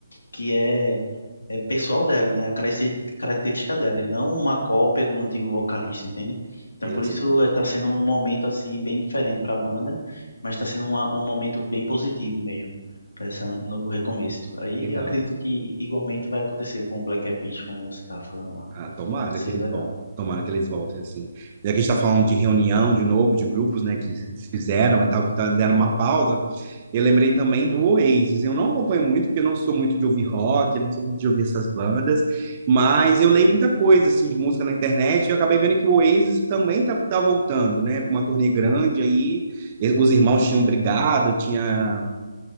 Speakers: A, on the left; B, on the right.
A: que é é pessoal dela, né? A caracte- característica dela, e não uma cópia do antigo vocalista, entende? Então,
B: É,
A: por
B: eu sei.
A: isso
B: né?
A: está sendo um momento assim bem diferente para a banda, mas está sendo uma- um momento bem positivo mesmo para esse novo recomeço. Aí
B: Legal.
A: eu acredito que igualmente vai acontecer com o Black Eyed Peas, como você estava falando lá.
B: Ah, tomara
A: Seria
B: que eles
A: legal.
B: vão. Tomara que eles voltem, assim. Já que a gente está falando de reunião, de novo, de grupos, né, que se fizeram e tal, que tá dando uma pausa, eu lembrei também do Oasis. Eu não acompanho muito, porque eu não sou muito de ouvir rock, não sou muito de ouvir essas bandas, mas eu leio muita coisa, assim, de música na internet, e eu acabei vendo que o Oasis também tá, tá voltando, né, com uma turnê grande aí. E- Os irmãos tinham brigado, tinha